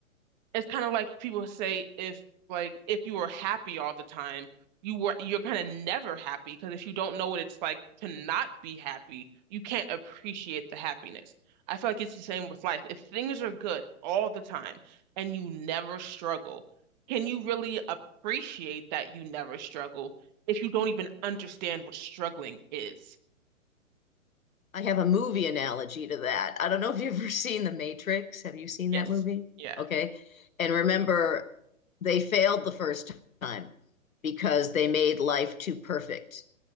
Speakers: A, on the right (about 30°); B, on the left (about 75°).
A: it's kind of like people say if like if you were happy all the time, you were you're kind of never happy because if you don't know what it's like to not be happy, you can't appreciate the happiness. I feel like it's the same with life. If things are good all the time and you never struggle, can you really appreciate that you never struggle if you don't even understand what struggling is?
B: I have a movie analogy to that. I don't know if you've ever <laughs> seen The Matrix. Have you seen
A: Yes.
B: that movie?
A: Yeah.
B: Okay. And remember, they failed the first time because they made life too perfect